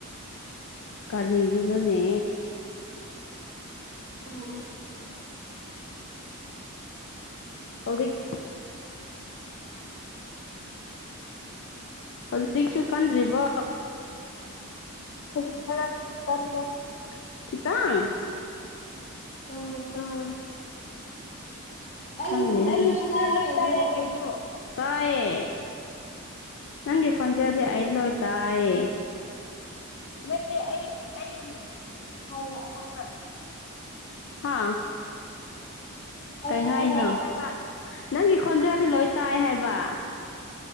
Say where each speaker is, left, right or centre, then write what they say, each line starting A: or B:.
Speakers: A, on the left; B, on the left.
A: ꯀꯔꯤ ꯏꯅꯣꯅꯦ
B: ꯈꯪꯗꯦ
A: ꯑꯗꯨꯗꯤ ꯍꯧꯖꯤꯛꯁꯨ ꯀꯟꯗ꯭ꯔꯤꯕꯣ ꯍꯧꯖꯤꯛ ꯈꯔ ꯀꯜꯂꯦ ꯈꯤꯇꯪ
B: ꯎꯝ
A: ꯑꯥ
B: ꯑꯩꯒꯤ
A: ꯩꯑꯩ
B: ꯈꯣꯟꯖꯦꯜ
A: ꯁꯤꯗꯪ
B: ꯇꯥꯔꯦ
A: ꯂꯣꯏ
B: ꯀꯩꯅꯣ
A: ꯇꯥꯏꯔꯦ ꯀꯩꯅꯩꯅꯣ ꯇꯥꯏꯌꯦ ꯅꯪꯒꯤ ꯈꯣꯟꯖꯦꯟꯗꯦ
B: ꯑꯦ
A: ꯑꯗꯨ ꯑ ꯂꯣꯏ ꯇꯥꯏꯌꯦ ꯅꯠꯇꯦ ꯑꯩ ꯑꯩ
B: ꯍꯥꯏꯕ
A: ꯍꯥ
B: ꯑꯩ
A: ꯀꯩ ꯍꯥꯏꯅꯣ
B: ꯍꯥꯏꯕ
A: ꯅꯪꯒꯤ ꯈꯣꯟꯖꯦꯟꯗꯤ ꯂꯣꯏ ꯇꯥꯏ ꯍꯥꯏꯕ